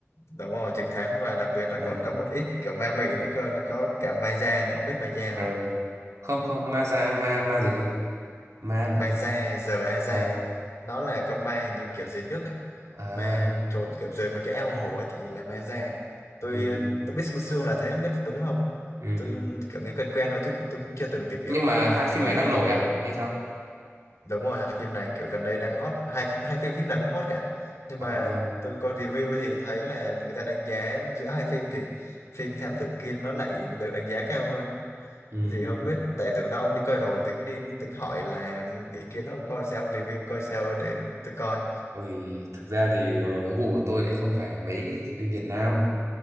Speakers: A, on the left; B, on the right.
A: đúng rồi trứng thám và đặc biệt nó
B: Ờ,
A: còn có một ít kiểu ma mị nữa cơ nó có cả ma da nữa ông biết ma da
B: ờ.
A: không
B: không không ma già ma ma gì cơ ma làm
A: ma
B: sao
A: da giờ a da
B: ờ
A: nó là con ma hình như kiểu dưới nước ấy
B: à
A: ma trốn kiểu dưới mấy cái ao hồ ấy thì là ma da tôi
B: ừ
A: tôi biết sương sương là thế không biết đúng không
B: ừ
A: tôi kiểu nghe quen quen thôi chứ tôi cũng chưa từng tìm
B: nhưng
A: hiểu
B: mà hai phim
A: nhưng mà
B: này đang nổi à hay sao
A: đúng rồi hai phim này kiểu gần đây đang hot hai hai phim phim nào cũng hot cả nhưng
B: ờ
A: mà tôi có review thì thấy là người ta đánh giá giữa hai phim thì phim Thám Tử Kiên nó lại được đánh giá cao hơn
B: ừ
A: thì không biết tại tưởng đâu ông đi coi rồi tính đi tính hỏi là ý kiến ông coi sao review coi sao để tôi coi
B: ui thực ra thì ờ, gu của tôi lại không phải mấy phim Việt Nam